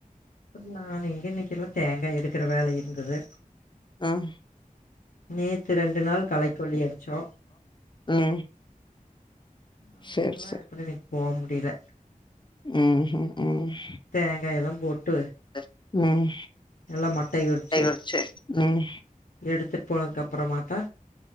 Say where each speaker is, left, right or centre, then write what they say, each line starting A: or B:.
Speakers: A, on the left (about 80°); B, on the left (about 35°).
A: நான் எங்க இன்னக்கி எல்லா தேங்கா எடுக்குற வேல இருந்தது
B: ம்
A: நேத்து ரெண்டு நாள் களைக் கொல்லி அடிச்சோ
B: ம்
A: அதுனால
B: சரி,
A: அப்பறோ இன்னக்கி போ முடில
B: ம் ஹூ ம்
A: தேங்காயல்லா போட்டு
B: அது ம்
A: நல்லா மட்டைய உரிச்சு
B: கை ஒடச்சி ம்
A: எடுத்துட்டு போனதுக்கு அப்பறமாத்தா